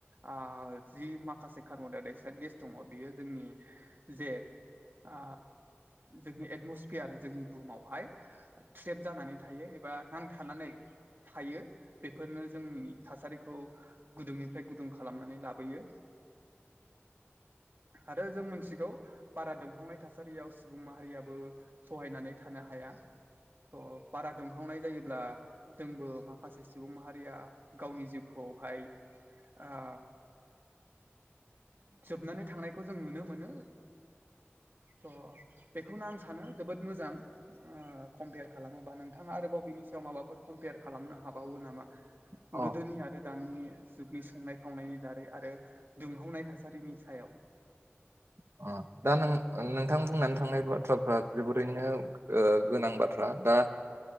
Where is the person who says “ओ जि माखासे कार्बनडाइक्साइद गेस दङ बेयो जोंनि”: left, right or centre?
Right